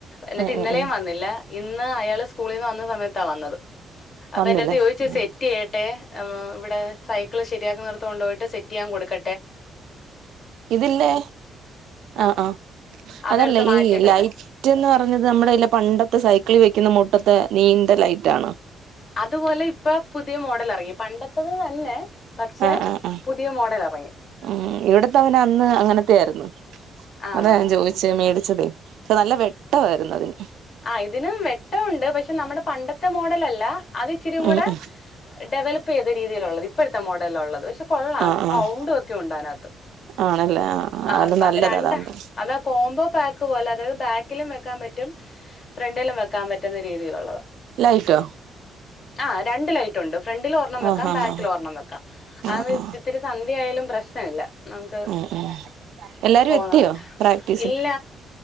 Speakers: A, on the left; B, on the right.
A: എന്നിട്ട്
B: ഏഹ്
A: ഇന്നലെയും
B: ഏഹ് ഏഹ്
A: വന്നില്ല ഇന്ന് അയാള് സ്കൂളീന്ന് വന്ന സമയത്താ വന്നത് അപ്പൊ
B: വന്നില്ലേ
A: എൻ്റടുത്ത് ചോദിച്ച്
B: ആ
A: സ കട്ടെ വ്ടെ സൈക്കിള് ശെരിയാക്കുന്നോടത്ത് കൊണ്ടു പോയിട്ട് സെറ്റ് ചെയ്യാൻ കൊടുക്ക
B: ഇതില്ലേ
A: ആഹ്
B: ആ ആ
A: അതെടുത്ത്
B: അതല്ലേ
A: മാറ്റിയിട്ട്
B: ഈ ലൈറ്റ്ന്ന്
A: വെക്കാൻ
B: പറഞ്ഞത് നമ്മുടെ ഇല്ല പണ്ടത്തെ സൈക്കിളി വെക്ക്ന്ന മുട്ടത്തെ നീന്ത ലൈറ്റ് ആണ്
A: അതുപോലെ ഇപ്പൊ പുതിയ മോഡൽ ഇറങ്ങി പണ്ടത്തത് തന്നെ പക്ഷെ
B: ആ ആ ആ
A: പുതിയ മോഡൽ ഇറങ്ങി
B: മ് ഇവിത്തതിന് അന്ന് അങ്ങനത്തെയയിരുന്നു
A: ആഹ്
B: അതാ ഞാൻ ചോയിചെ മേടിച്ചതെ നല്ല വെട്ടമായിരുന്നു
A: ആ ഇതിനും വെട്ടമുണ്ട് പക്ഷെ നമ്മുടെ പണ്ടത്തെ മോഡലല്ല അത് ഇച്ചിരി കൂടെ
B: ഉം ഉം
A: ഡെവ <unintelligible> രീതിയിലുള്ളത് ഇപ്പോഴത്തെ മോഡലള്ളത് പ കൊള്ള
B: ആഹ്
A: സൗണ്ട
B: ആഹ്
A: ഒക്കെ ണ്ടനകത്ത്
B: ആണല്ലേ ആഹ്
A: ആ
B: ആഹ് അത് നല്ലതാ
A: രണ്ട
B: അതാവുമ്പോ
A: അതാ കോമ്പോ- പാക്ക് പോലെ അതായത് ബാക്കിലും വെക്കാൻ പറ്റും ഫ്രണ്ടിലും വെക്കാൻ പറ്റുന്ന രീതിയിലുള്ളത്
B: ലൈറ്റോ.
A: ആ രണ്ട് ലൈറ്റുണ്ട് ഫ്രണ്ടിൽ ഒരെണ്ണം വെക്ക
B: ആഹ് ആഹ്
A: ബാക്കിലും ഒരെണ്ണം വെക്കാം അതാ
B: ആഹ് ആഹ് ആഹ്
A: ഇത്തിരി സന്ധ്യ ആയാലും പ്രശ്നം ഇല്ല നമ്മക്ക്
B: ഉം ഉം എല്ലാരും
A: പോണ
B: എത്തിയോ പ്രാക്ടീസിന്
A: ഇല്ല